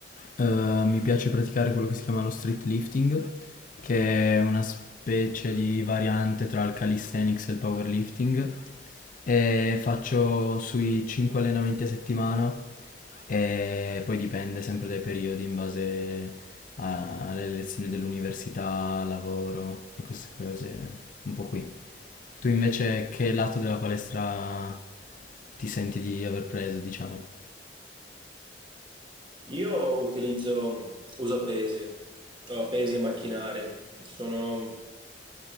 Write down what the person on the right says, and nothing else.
Io utilizzo, uso pesi, eh, pesi e macchinari. Sono